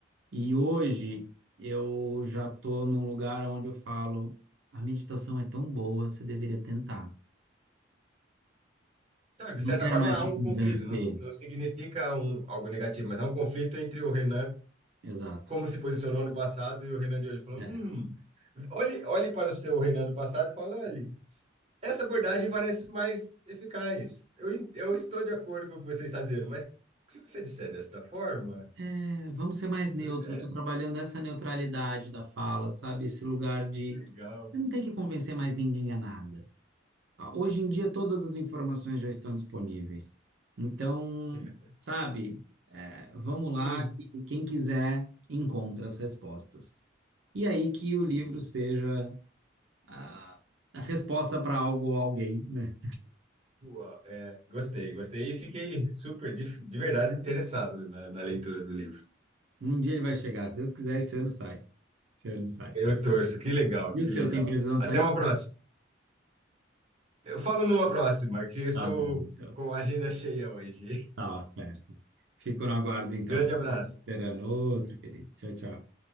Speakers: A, on the right; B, on the right.
A: E hoje eu já estou num lugar onde eu falo, a meditação é tão boa, você deveria tentar.
B: Então, de
A: Não
B: certa
A: quero
B: forma,
A: mais
B: há
A: te
B: um
A: convencer.
B: conflito. Não, não significa um, algo negativo, mas há um conflito entre o Renan
A: Exato.
B: como se posicionou no passado e o Renan de hoje falou,
A: É.
B: hum, olhe, olhe para o seu Renan do passado e fala, olhe, essa abordagem parece mais eficaz. Eu, en- eu estou de acordo com o que você está dizendo, mas se você disser desta forma,
A: É, vamos ser mais neutro.
B: é
A: Eu tô trabalhando essa neutralidade da fala, sabe? Esse lugar de
B: legal.
A: eu não tenho que convencer mais ninguém a nada. Ah, Hoje em dia, todas as informações já estão disponíveis. Então,
B: <laughs>
A: sabe? é, vamos lá,
B: Sim,
A: que quem quiser encontra as respostas. E aí que o livro
B: sim.
A: seja a, a resposta para algo ou alguém, né?
B: Uau, é, gostei, gostei e fiquei super, de, de verdade, interessado na, na leitura do livro.
A: Um dia ele vai chegar. Se Deus quiser, esse ano sai. Esse ano sai.
B: Eu torço, que legal,
A: E
B: que
A: o seu,
B: legal.
A: tem previsão
B: Até
A: de sair?
B: uma próxima. Eu falo numa próxima, que eu estou
A: Tá bom, então.
B: com a agenda cheia hoje.
A: Tá, certo. Fico no aguardo, então.
B: <laughs> Grande abraço.
A: Esperando outro, querido. Tchau, tchau.